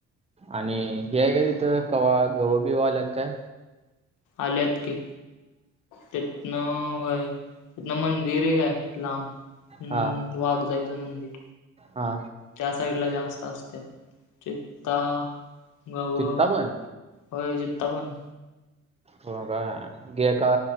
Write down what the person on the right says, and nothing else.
आणि हे आय काय तिथं कवा गव बीव आल्यात काय?
हा
हा.
चित्ता पण
हो काय गे का